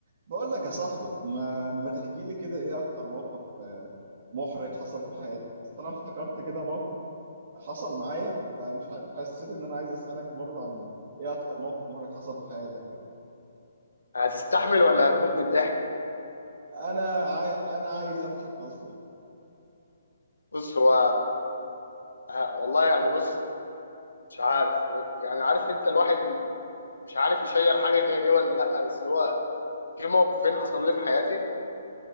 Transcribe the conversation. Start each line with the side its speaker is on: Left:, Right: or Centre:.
Right: بقول لك يا صاحبي ما ما تحكي لي كده ايه اكتر موقف آه، محرج حصل في حياتك بس انا افتكرت كده موقف حصل معايا فمش عارف حسيت ان انا عايز اسالك برضه عن ايه اكتر موقف محرج حصل في حياتك كده
Left: هتستحمل ولا هتموت من الضحك
Right: انا عاي... انا عايز اضحك اصلا
Left: بص هو ه- والله يعني بص مش عارف يعني عارف انت الواحد مش عارف يشير حاجه زي دي ولا لا بس هو في موقفين حصلوا لي في حياتي